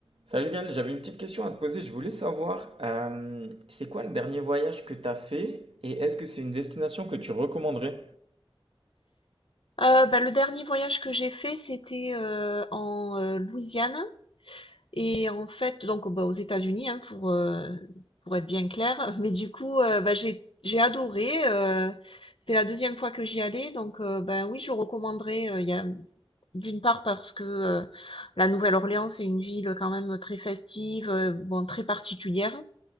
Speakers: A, on the right (about 80°); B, on the left (about 70°).
A: Salut Gaël, j'avais une petite question à te poser. Je voulais savoir, euh, c'est quoi le dernier voyage que tu as fait et est-ce que c'est une destination que tu recommanderais?
B: Euh, bah, le dernier voyage que j'ai fait, c'était euh, en euh, Louisiane et en fait, donc bah, aux États-Unis, hein, pour euh, pour être bien clair. <laughs> Mais du coup, euh, bah, j'ai j'ai adoré. euh, c'était la deuxième fois que j'y allais, donc euh, ben oui, je recommanderais. euh, il y a d'une part parce que euh, la Nouvelle-Orléans, c'est une ville quand même très festive, euh, bon très particulière.